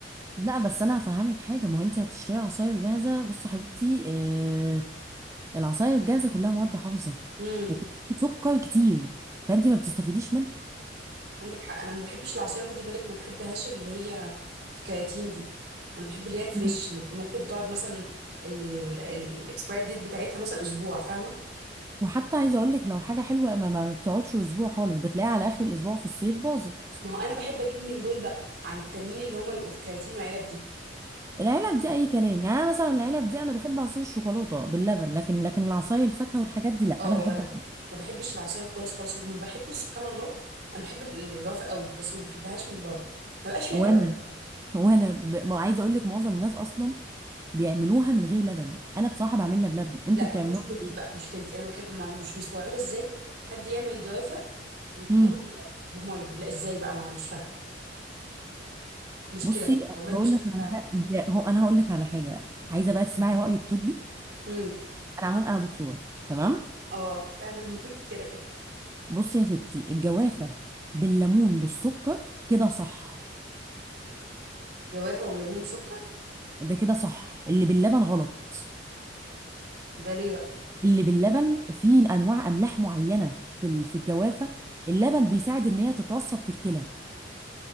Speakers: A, on the right; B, on the right.
A: لا بس انا هفهمك حاجه ما هو انت هتشتري عصاير جاهزه بصي يا حبيبتي آه العصاير الجاهزه كلها مواد حافظه
B: امم
A: وكلها سكر كتير فانت ما بتستفيديش
B: عندك حق أنا ما بحبش العصاير خدي بالك ما بحبهاش اللي هي في كراتين دي أنا بحب اللي هي فريش
A: منها
B: اللي ممكن تقعد مثلا الاكسباير ديت بتاعتها مثلا أسبوع فاهمة
A: وحتى عايزه اقول لك لو حاجه حلوه ما, ما بتقعدش اسبوع خالص بتلاقيها على اخر الاسبوع في الصيف باظت
B: ما هو أنا بحب أجيب من دول بقى عن التانيين اللي هما بيبقوا في كراتين وعلب دي
A: العلب دي اي كلام يعني أنا مثلا العلب دي انا بحب عصير الشوكولاته باللبن لكن لكن العصاير الفاكهه والحاجات دي لا
B: اه
A: انا بحب
B: وأنا ما بحبش العصاير خالص خالص وما بحبش سبحان الله أنا بحب الجوافة قوي بس ما بحبهاش من بره ما
A: <laughs>
B: بقاش فيها
A: وانا
B: لبن
A: وانا ب... ما عايزه اقول لك معظم الناس اصلا بيعملوها من غير لبن انا بصراحه بعملها
B: أنا-
A: بلبن انتوا
B: لا
A: بتعملوها
B: دي مشكلتي
A: بايه
B: بقى مشكلتي انا بحب ما مش مستوعبه ازاي حد يعمل الجوافه ويكون
A: امم
B: مدلب بميه لا ازاي بقى ما أنا مش فاهمه مشكله
A: بصي
B: والله
A: هقول
B: مشكله
A: لك على
B: فعلا
A: حاجه هو انا هقول لك على حاجه عايزه بقى تسمعي رايي الطبي
B: امم
A: انا عمون انا دكتوره تمام
B: اه أكيد أعلى مني <laughs> كده كده
A: بصي يا ستي الجوافة بالليمون بالسكر كده صح
B: جوافه وليمون وسكر
A: ده كده صح اللي باللبن غلط
B: ده ليه بقى
A: اللي باللبن فيه انواع املاح معينة في ال- في الجوافة اللبن بيساعد ان هي تتوصب في الكلى